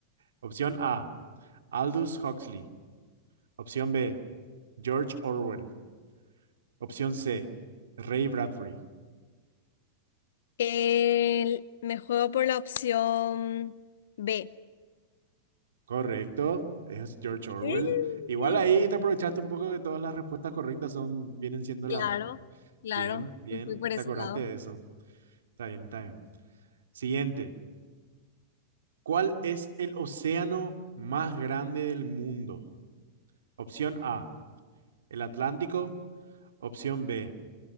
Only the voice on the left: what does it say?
El- me juego por la opción B.
Sí.
Claro,
claro,
me fui por ese
lado.